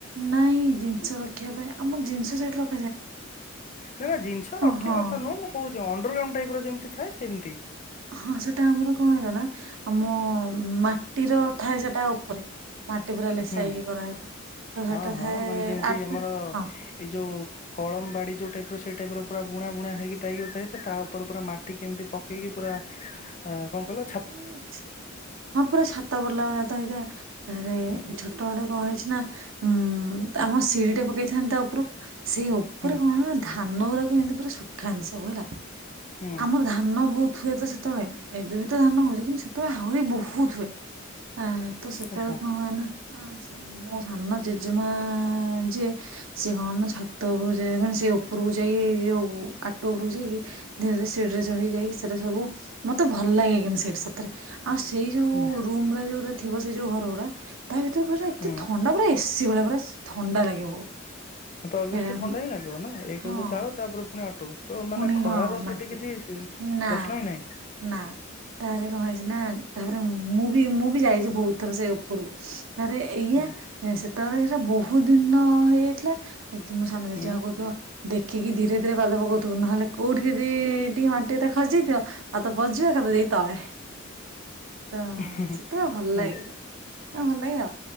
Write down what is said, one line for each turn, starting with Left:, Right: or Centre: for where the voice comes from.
Right: ନାଇଁ ଜିନିଷ ରଖିବା ପାଇଁ ଆମ ଜିନିଷ ସେଠି ର
Left: ନାଇ ନା ଜିନିଷ ରଖିବା
Right: ହଁ
Left: କଥା ନୁହଁ। ମୁଁ କହୁଛି ଅଣ୍ଡରଗ୍ରାଉଣ୍ଡ ଟାଇପ୍ ର ଯେମିତି ଥାଏ ସେମିତି।
Right: ହଁ ସେଟା ଆମର କଣ ହେଲାନା ଆମ ମାଟିର ଥାଏ ସେଟା ଉପରେ। ମାଟି ପୁରା ଲେସା
Left: ହୁଁ
Right: ହେଇକି କରାହେଇଥାଏ ତ
Left: ହଁ
Right: ସେଟା
Left: ହଁ
Right: ଥାଏ
Left: ମାନେ ଯେମିତି
Right: ଆଟୁ
Left: ଆମର
Right: ହଁ।
Left: ଏଇ ଯୋଉ କଳମ ବାଡ଼ି ଯୋଉ ଟାଇପ୍ ର ସେଇ ଟାଇପ୍ ର ପୁରା ବୁଣା ବୁଣା ହେଇକି ତାଇଗ ଥାଏ ତା ଉପରେ ପୁରା ମାଟି କେମିତି ପକେଇକି ପୁରା ଆ, କଣ କଇଲ
Right: ଉଁ, ଛେ-ହଁ ପୁରା ଛାତ ପଡିଲା ଭଳିଆ ତ ହେଇଥାଏ। ଥରେ
Left: ହୁଁ
Right: ଛୋଟବେଳେ କଣ ହେଇଛିନା ଉଁ, ଆମ ସିଡିଟା ପକେଇଥାନ୍ତ ତା ଉ ପୁରୁ ସେଇ ଉପରେ
Left: ହୁଁ
Right: କଣ ହେଲା ଧାନ ଗୁଡ଼ା କୁ ଏମତି ପୁରା ଶୁଖାନ୍ତି ସବୁ ହେଲା।
Left: ହୁଁ
Right: ଆମର ଧାନ ବହୁତ ହୁଏ ତ ସେତେବେଳେ। ଏବେବି ତ ଧାନ ହଉଛି। କିନ୍ତୁ ସେ ତେବେଳେ ଆହୁରି ବହୁତ ହୁଏ। ଆ, ତ ସେତେବେଳେ
Left: ଆଚ୍ଛା
Right: କଣ ହଏ ନା ଆ, ସେ ମୋ ସାନ ଜେଜେମା ଯିଏ ସେ କଣ ନା ଛାତ ଉପରକୁ ଯାଇ ମାନେ ସେ ଉପରକୁ ଯାଇକି, ଯୋଉ ଆଟୁ ଉପରକୁ ଯାଇକି ଧରେ ଧିରେ ସିଡିରେ ଚଢି ଯାଇ ସେଟା ସବୁ ମୋତେ ଭଲ ଲାଗେ। <unintelligible> ସେଇଠି ସତରେ ଆଉ ସେଇ ଯୋଉ
Left: ହୁଁ
Right: ରୁମ୍ ଗୁରା ଯୋଉଟା ଥିବ ସେଇ ଯୋଉ ଘର ଗୁରା ତା ଭିତରେ ପୁରା ଏତେ
Left: ହୁଁ
Right: ଥଣ୍ଡା ପୁରା ଏସି ଭଳିଆ ପୁରା ଥଣ୍ଡା ଲାଗେ ବହୁତ।
Left: ହଁ ତ ଅବ୍ୟସ୍ଲି
Right: ସେଇଟା
Left: ଥଣ୍ଡା ହିଁ ଲାଗିବ ନା ଏକ
Right: ହଁ
Left: ରେ ତ ଚାଳ ତାପରେ ପୁଣି ଆଟୁ। ତ ମାନେ
Right: ପୁଣି
Left: ଖରାର
Right: ହଁ
Left: ସେଠି
Right: ମାଟି
Left: କିଛି
Right: ନା
Left: ପ୍ରଶ୍ନ ହିଁ ନାହିଁ।
Right: ନା। ତାରେ କଣ ହେଇଛି ନା ତାପରେ ମୁଁ ବି ମୁଁ ବି ଯାଇଛି ବହୁତ ଥର ସେ ଉପରକୁ ତାରେ ଏଇଆ
Left: ହୁଁ
Right: ସେତେବେଳେ ସେଟା ବହୁତ ଦିନର ହେଇଯାଇଥିଲା ମୋ ସାନ
Left: ହୁଁ
Right: ଜେଜେମା କହୁଥିବ ଦେଖିକି ଧୀରେ ଧୀରେ ପାଦ ପକଉ ତୁ ନହେଲେ କୋଉଠି ଯଦି ଟିକେ ମାଟି ଯଦି ଖସି ଯାଇଥିବ ପାଦ ପଶିଯିବ ସେପଟେ ଯାଇଁକି ତଳେ। ତ
Left: ହୁଁ ହୁଁ
Right: ସେତେବେଳେ ଭଲ
Left: ହୁଁ
Right: ଲାଗେ। ଭଲ ଲାଗେ ଆଉ।